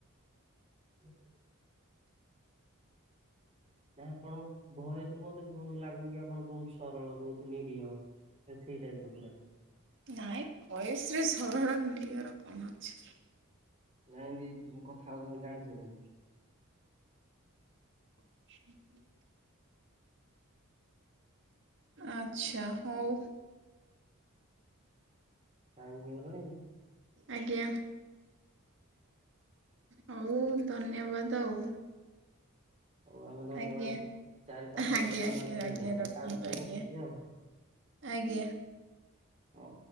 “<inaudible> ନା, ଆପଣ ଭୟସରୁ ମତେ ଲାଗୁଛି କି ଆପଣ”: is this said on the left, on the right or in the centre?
Right